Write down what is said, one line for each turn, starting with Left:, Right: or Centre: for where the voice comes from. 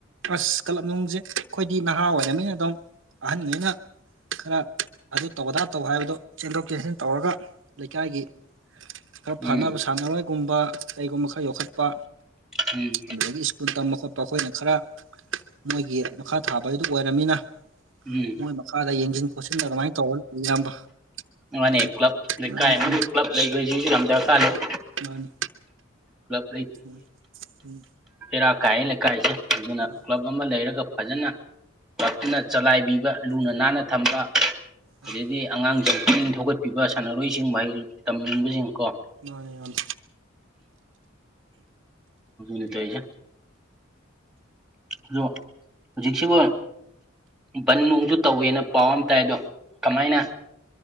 Right: ꯑꯁ ꯀꯂꯞꯅꯨꯡꯁꯦ ꯑꯩꯈꯣꯏꯗꯤ ꯅꯍꯥ ꯑꯣꯏꯔꯕꯃꯤꯅ ꯑꯗꯨꯝ ꯑꯍꯟꯉꯩꯅ ꯈꯔ ꯑꯗꯨ ꯇꯧꯗꯥ ꯇꯧ ꯍꯥꯏꯕꯗꯨ ꯆꯦꯟꯊꯣꯛ ꯆꯦꯟꯁꯤꯟ ꯇꯧꯔꯒ ꯂꯩꯀꯥꯏꯒꯤ ꯈꯔ ꯐꯅꯕ
Centre: ꯎꯝ
Right: ꯁꯥꯟꯅꯔꯣꯏꯒꯨꯝꯕ ꯀꯩꯒꯨꯝꯕ ꯈꯔ ꯌꯣꯛꯈꯠꯄ
Centre: ꯎꯝ
Right: ꯑꯗꯨꯗꯒꯤ ꯁ꯭ꯀꯨꯜ ꯇꯝꯕ ꯈꯣꯠꯄ ꯑꯩꯈꯣꯏꯅ ꯈꯔ ꯃꯣꯏꯒꯤ ꯃꯈꯥ ꯊꯥꯕ ꯍꯥꯏꯗꯨ ꯑꯣꯏꯔꯝꯃꯤꯅ
Centre: ꯎꯝ
Right: ꯃꯣꯏ ꯃꯈꯥꯗ ꯌꯦꯡꯁꯤꯟ ꯈꯣꯠꯁꯤꯤꯟ ꯑꯗꯨꯃꯥꯏꯅ ꯇꯧꯔ ꯏꯌꯥꯝꯕ
Centre: ꯃꯥꯅꯦ
Right: ꯑꯗꯨꯝ
Centre: ꯀ꯭ꯂꯕ ꯂꯩꯀꯥꯏ
Right: ꯎꯝ
Centre: ꯑꯃ ꯀ꯭ꯂꯕ ꯂꯩꯕꯣꯏꯁꯤꯁꯨ ꯌꯥꯝ ꯗꯔꯀꯥꯔ
Right: ꯎꯝ
Centre: ꯂꯩ
Right: ꯃꯥꯅꯤ
Centre: ꯀ꯭ꯂꯕ
Right: ꯎꯝ ꯎꯝ
Centre: ꯔꯥ ꯀꯥꯏꯌꯦ ꯂꯩꯀꯥꯏꯁꯦ ꯑꯗꯨꯅ
Right: ꯍꯣꯏ
Centre: ꯀ꯭ꯂꯕ ꯑꯃ ꯂꯩꯔꯒ ꯐꯖꯅ ꯀꯛꯇꯨꯅ ꯆꯂꯥꯏꯕꯤꯕ ꯂꯨꯅ ꯅꯥꯟꯅ ꯊꯝꯕ
Right: ꯎꯝ
Centre: ꯑꯗꯩꯗꯤ ꯑꯉꯥꯡꯁꯤꯡ ꯄꯨꯛꯅꯤꯡ ꯊꯧꯒꯠꯄꯤꯕ ꯁꯥꯟꯅꯔꯣꯏꯁꯤꯡ ꯃꯍꯩ ꯇꯝꯅꯤꯡꯕꯁꯤꯡ ꯀꯣ
Right: ꯌꯥꯅꯦ
Centre: ꯅꯠꯇ ꯑꯩꯖ ꯑꯗꯣ ꯍꯧꯖꯤꯛꯁꯤꯕꯨ ꯕꯟ ꯅꯨꯡꯁꯨ ꯇꯧꯋꯦꯅ ꯄꯥꯎ ꯑꯃ ꯇꯥꯏ ꯑꯗꯣ ꯀꯃꯥꯏꯅ